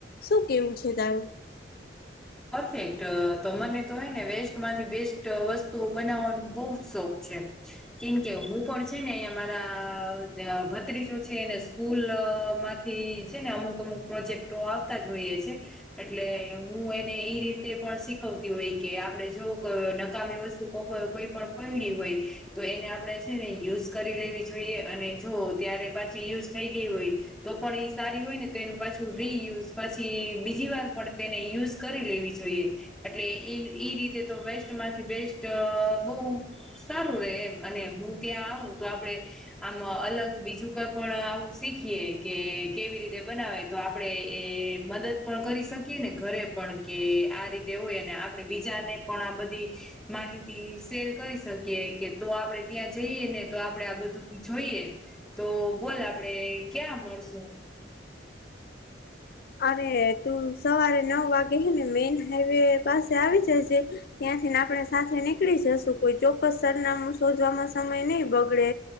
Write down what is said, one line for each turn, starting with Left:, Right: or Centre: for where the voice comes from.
Left: શું કેવું છે તારું
Centre: પરફેક્ટ તો મને તો હોય ને વેસ્ટ માંથી બેસ્ટ વસ્તુઓ બનાવવાનું બહુ જ શોખ છે કેમકે હું પણ છે ને અહિયાં મારા ભત્રીજો છે એને સ્કૂલ માંથી છે ને અમુક અમુક પ્રોજેક્ટો આવતા જ હોઈએ છે એટલે હું એ એ રીતે પણ શીખવતી હોય કે આપડે જો નકામી વસ્તુ કોઈ પણ પૈડી હોય તો એને આપણે છે ને યુઝ કરી લેવી જોઈએ અને જો ત્યારે પાછી યુઝ થઈ ગઈ હોય તો પણ એ સારી હોય ને તો એનું પાછું રીયુઝ પછી બીજી વાર પણ તેને યુઝ કરી લેવી જોઈએ એટલે એઈ રીતે તો વેસ્ટમાંથી બેસ્ટ બહુ સારું રે એમ અને હું ત્યાં આવું તો આપડે આમ અલગ બીજું કઈ પણ આવું શીખીએ કે કેવી રીતે બનાવે તો આપણેે એ મદદ પણ કરી શકીએ ને ઘરે પણ કે આ રીતે હોય અને આપડે બીજાને પણ આ બધી માહિતી શેર કરી શકીએ કે તો આપડે ત્યાં જઈએ ને તો આપડે આ બધું જોઈએ તો બોલ આપડે ક્યાં મળશુ
Left: અને તું સવારે નવ વાગે હેને મેન હાઈવે પાસે આવી જજે ત્યાંથી ને આપણે સાથે નીકળી જશું કોઈ ચોક્કસ સરનામું શોધવામાં સમય નહી બગડે